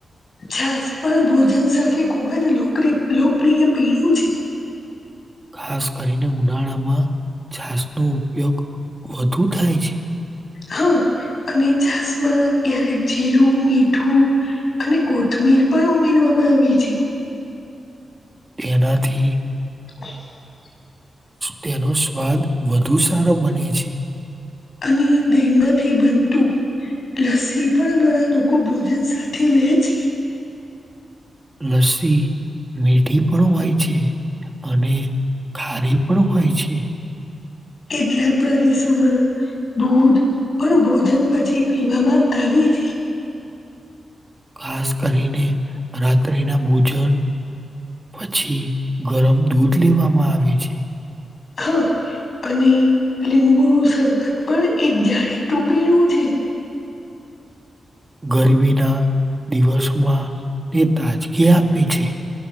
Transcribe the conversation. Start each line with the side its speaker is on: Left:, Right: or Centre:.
Left: છાસ પણ ભોજન સાથે ખૂબ જ લોકપ્રિય પીણું છે.
Right: ખાસ કરીને ઉનાળામાં છાસ નો ઉપયોગ વધુ થાય છે.
Left: હા, અને છાસ માં ક્યારેક જીરું, મીઠું, અને કોથમીર મીર પણ ઉમેરવામાં આવી છે.
Right: એનાથી
Left: <inaudible>
Right: તેનો સ્વાદ વધુ સારો બને છે.
Left: અને ડીંડાથી બનતું લસ્સી પણ ઘણા લોકો ભોજન સાથે લે છે.
Right: લસ્સી મીઠી પણ હોય છે. અને ખારી પણ હોય છે.
Left: કેટલાક પ્રદેશોમાં દૂધ પણ ભોજન પછી પીવામાં આવે. <unintelligible>
Right: ખાસ કરીને રાત્રિના ભોજન પછી ગરમ દૂધ લેવામાં આવે છે.
Left: હા અને લીંબુ નું શરબત પણ એક જાણીતું પીણું છે <inaudible>
Right: ગરમીના દિવસોમાં ને તાજગી આપે છે.